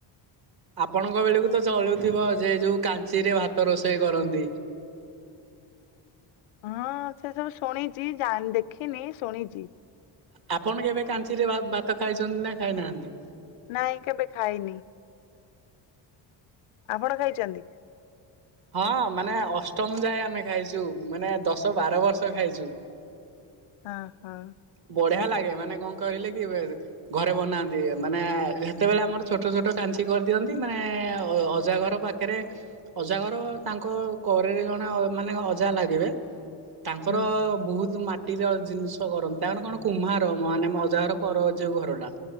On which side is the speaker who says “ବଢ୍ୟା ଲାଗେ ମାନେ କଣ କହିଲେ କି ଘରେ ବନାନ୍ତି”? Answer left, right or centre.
Right